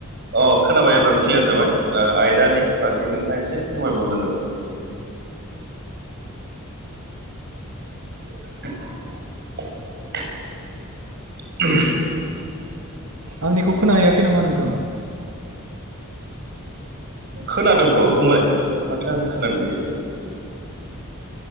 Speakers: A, on the right; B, on the right.
A: औ खोनाबाय एबार क्लियार जाबाय आयदानि बागै नोंथाङा एसे फोरमायबा मोजां जागौ <unintelligible>
B: आंनिखौ खोनाहायाखै नामा नोंथाङा
A: खोनादोंथ' बुंलाय माथो आं खोनादों गेजेर गेजेर